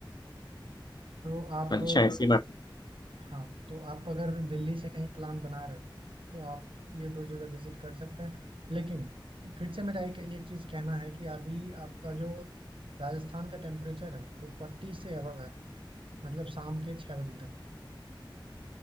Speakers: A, on the right; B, on the left.
A: तो आप
B: चाहिए। अच्छा ऐसी बात
A: हाँ तो आप अगर दिल्ली से कहीं प्लान बना रहे हो तो आप ये दो जगह विजिट कर सकते हैं लेकिन फिर से मेरा एक एक चीज़ कहना है कि अभी आपका जो राजस्थान का टेम्परेचर है वो फोर्टी से अबव है मतलब शाम के छः बजे तक